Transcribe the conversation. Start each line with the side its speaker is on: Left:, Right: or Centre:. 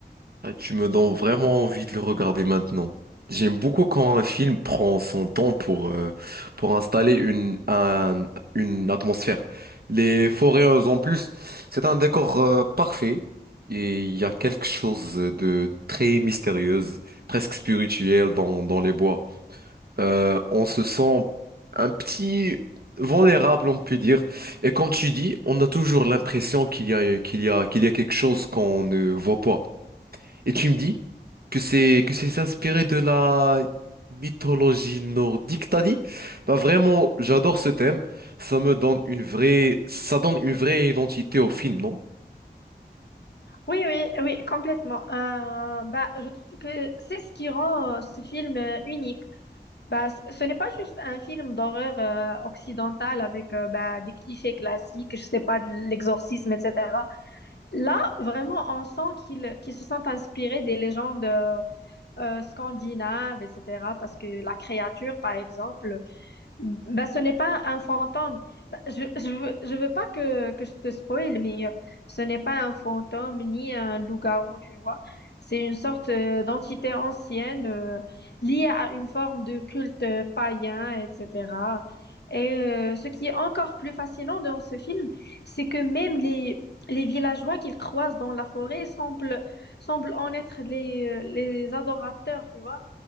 Right: Ah, tu me donnes vraiment envie de le regarder maintenant. J'aime beaucoup quand un film prend son temps pour, euh, pour installer une, un- une atmosphère. Les forêts euh, en plus, c'est un décor euh, parfait et il y a quelque chose de très mystérieuse, presque spirituel dans, dans les bois. Euh, on se sent un petit vulnérable, on peut dire. Et comme tu dis, on a toujours l'impression qu'il y a, qu'il y a, qu'il y a quelque chose qu'on ne voit pas. Et tu me dis que c'est que c'est inspiré de la mythologie nordique, t'as dit? Bah vraiment, j'adore ce thème. Ça me donne une vraie, ça donne une vraie identité au film, non?
Left: Oui, oui, oui, complètement. Euh, bah, je trouve que c'est ce qui rend euh, ce film euh, unique. Bah, ce ce n'est pas juste un film d'horreur euh, occidental avec euh, bah, des clichés classiques, je sais pas, de l'exorcisme, etc. Là, vraiment, on sent qu'ils qu'ils se sont inspirés des légendes euh, euh, scandinaves, etc. Parce que la créature, par exemple, ben, ce n'est pas un fantôme. Ben, je je veux, je veux pas que, que je te spoil, mais euh, ce n'est pas un fantôme ni un loup-garou, tu vois. C'est une sorte euh, d'entité ancienne euh, liée à une forme de culte euh, païen, etc. Et euh, ce qui est encore plus fascinant dans ce film, c'est que même les, les villageois qu'ils croisent dans la forêt semblent, semblent en être les, euh, les adorateurs, tu vois.